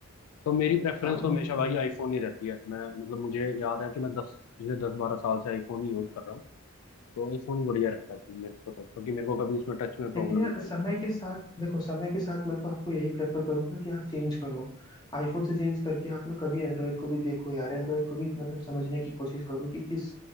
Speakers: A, on the left (about 85°); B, on the left (about 20°).
A: तो मेरी प्रेफरेंस
B: हाँ
A: तो
B: वो
A: हमेशा
B: तो
A: भाई
B: है
A: आईफोन ही रहती है मैं मतलब मुझे याद है कि मैं दस से दस बारह साल से आईफोन ही यूज कर रहा हूँ तो आईफोन ही बढ़िया रहता है मेरे को तो क्योंकि मेरे को कभी इसमें टच में प्रॉब्लम
B: लेकिन यार
A: नहीं
B: समय
A: आई
B: के साथ देखो समय के साथ मैं तो आपको यही प्रेफर करूंगा कि आप चेंज करो आईफोन से चेंज करके आप ना कभी एंड्रॉयड को भी देखो यार एंड्रॉयड को भी मतलब समझने की कोशिश करो कि किस